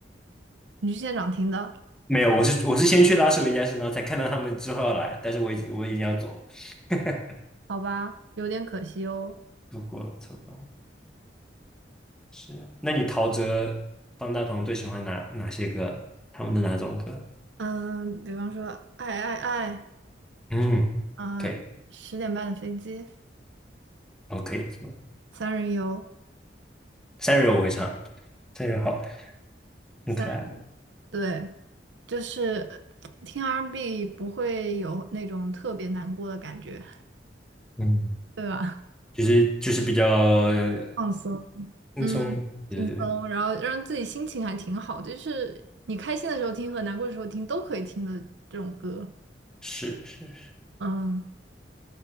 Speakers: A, on the right; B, in the centre.
A: 你去现场听的，
B: 没有，我是我是先去拉斯维加斯，然后才看到他们之后要来，但是我已经我已经要走了，<laughs>
A: 好吧，有点可惜哦。
B: 错过了错过了。是啊，那你陶喆、方大同最喜欢哪哪些歌？他们的哪种歌？
A: 嗯，比方说《爱爱爱》，
B: 嗯
A: 嗯，
B: ，OK
A: 十点半的飞机，
B: OK，
A: 三人游，
B: <laughs> 三人我会唱，三人好，很可爱，
A: 三人，对，就是听 R&B and B 不会有那种特别难过的感觉，
B: 嗯，
A: 对吧？
B: 就是就是比较呃
A: 放松，
B: 轻松，
A: 嗯，
B: 对对对，
A: 轻松，然后让自己心情还挺好，就是你开心的时候听和难过的时候听都可以听的这种歌，
B: 是是。
A: 嗯。